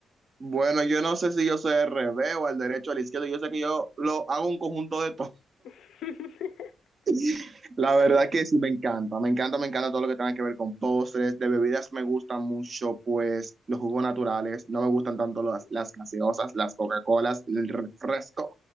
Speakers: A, on the right; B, on the left.
A: Bueno, yo no sé si yo soy al revés o al derecho o al izquierdo. Yo sé que yo lo hago un conjunto de todo.
B: <laughs>
A: <laughs> La
B: Ay,
A: verdad
B: Dios.
A: que sí me encanta. Me encanta, me encanta todo lo que tenga que ver con postres. De bebidas me gustan mucho, pues, los jugos naturales. No me gustan tanto
B: Sí,
A: las, las gaseosas, las Coca-Colas,
B: sí.
A: el refresco.